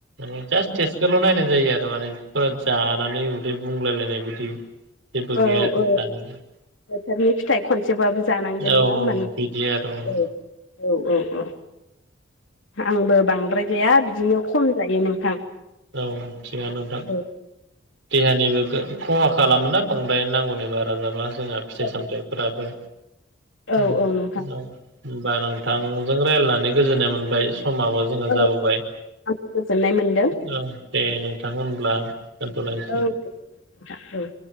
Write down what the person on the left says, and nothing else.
औ
औ
बोथोरनि फिथाइ खनसेबाबो जानांगोन नङा
होमबा
<inaudible>
औ औ औ औ आंबो बांद्राय जाया बिदिनो खम जायो नोंथां।
औ
औ
औ
औ नोंथां
औ
आंबो गोजोन्नाय मोन
औ औ <inaudible> औ